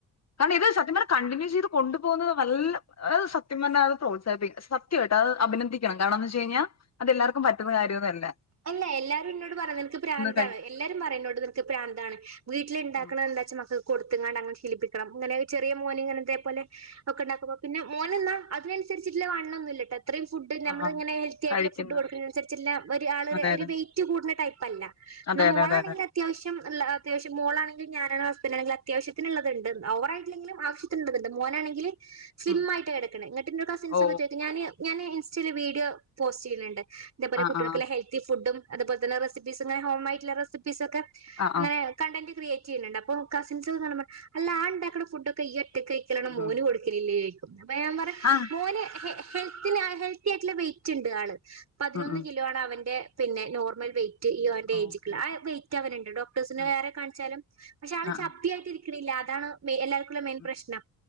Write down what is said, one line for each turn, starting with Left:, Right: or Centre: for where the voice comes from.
Left: കാരണം ഇത് സത്യം പറഞ്ഞ കണ്ടിന്യൂ ചെയ്ത് കൊണ്ടുപോകുന്നത് നല്ല സത്യം പറഞ്ഞ അത് പ്രോത്സാഹിപ്പിക്കണ്ണം സത്യമായിട്ട് അത് അഭിനന്ദിക്കണം കാരണം എന്ന് വെച്ച് കഴിഞ്ഞാൽ അത് എല്ലാവർക്കും പറ്റുന്ന കാര്യന്നു അല്ല
Right: അല്ല എല്ലാരും ഇന്നോട് പറയും നിനക്ക് പ്രാതാ താണ്
Left: കഴി
Right: എല്ലാരും പറയുന്നോട് നി നക്ക്പ്രാന്താണ് വീട്ടിൽ ഉണ്ടാക്കണ
Left: ഉം
Right: എന്താച്ചാ മക്കൾക്ക് കൊടുത്ത് കാണ്ട് അങ്ങനെ ശീലിപ്പിക്കണം അങ്ങനെ ചെറിയ മോന് ഇങ്ങനെ ഇതേ പോലെ ഉണ്ടാക്കുപ്പോ പിന്നെ മോന് ന്നാ അതിനനുസരിച്ചിട്ട്‌ ള്ള വണ്ണം ഒന്നും ഇല്ലട്ടോ അത്രയും ഫുഡ് നമ്മളിങ്ങന
Left: ആ
Right: ഹെൽത്തി ആയിട്ടുള്ള
Left: കഴിക്കുന്നു
Right: ഫുഡ് കൊടുക്ക്ണ അനുസരിച്ചുള്ള വ ഒരാളെ
Left: അതെ അതെ
Right: വെയ്റ്റ് കൂ കൂട്ണ ടൈപ് അല്ല എന്നാ
Left: അതെ
Right: മോളാണെങ്കിൽ
Left: അതെ അതെ അതെ
Right: അത്യാവശ്യം നല്ല അത്യാവശ്യം മോളാണെങ്കിൽ ഞാ നും ഹസ്ബന്റാണങ്കിൽ അത്യാവിശ്യത്തിന് ഉള്ളത് ണ്ട് ഓവറായിട്ടില്ലെങ്കിലും ആവ്യത്തിനുള്ളത്ണ്ട് മോനാണെങ്കിൽ സ്ലിം
Left: ഉം
Right: ആയിട്ടാ കിടക്ക്ണേ ങ്ങട്ട് ഇന്നോട് കസിൻസ്
Left: ഓ
Right: ഒക്കെ ചോദിക്കും ഞാന് ഞാന് ഇൻസ്റ്റയിൽ വീഡിയോ പോസ്റ്റ് ചെയ്യുന്നുണ്ട് തേ പേലെ
Left: ആ
Right: കു ട്ടോ
Left: ആ
Right: ൾ ക്കുള്ള ഹെൽത്തി ഫുഡും അതുപോലെന്നെ റെസിപ്പീസും ങ്ങനെ ഹോമ് ആയിട്ടുള്ള റെസിപ്പീസ് ഒക്കെ
Left: ആ ആ
Right: അങ്ങനെ
Left: ആ
Right: കണ്ടന്റ് ക്രിയേറ്റ് ചെയ്യ്ണ് ണ്ട് അപ്പം കസിൻസ് ഒക്കെ കാണുമ്പം പറിം അല്ല ആ ഉണ്ടാക്ണ ഫുഡൊക്കെ ഇയ്യ് ‌ ഒ റ്റക്ക് കഴിക്കലാണൊ
Left: ഉം
Right: മോന്
Left: ഉം
Right: കൊടുക്കലില്ലേ ചോയ്ക്കും. അപ്പം ഞാൻ പറിം
Left: ആ
Right: മോന് ഹെ ഹെൽത്തിന് ഹെൽത്തി ആയിട്ട്ള്ള വെയിറ്റ്ണ്ട് ആള്. പതിനൊന്ന്
Left: ആ ആഹ്
Right: കിലോ ആണ് അവന്റെ, പിന്നെ നോർമൽ വെയിറ്റ് ഇ ഓന്റെ
Left: ഓ
Right: എയ്ജ്ക്ക്ള്ള,
Left: ഓക്കെ ഓക്കെ
Right: ആവൈറ്റവന്ണ്ട്. ഡോക്ടേഴ്സ്നെ
Left: ആ
Right: വേറെ കാണിച്ചാലും, പക്ഷെ ആള്
Left: ആ ആ
Right: ചബ്ബി ആയിട്ടിരി ക്ക്ണില്ല, അതാണ് മെ എല്ലാർ മെയിൻ
Left: ഉം
Right: പ്രശ്നം.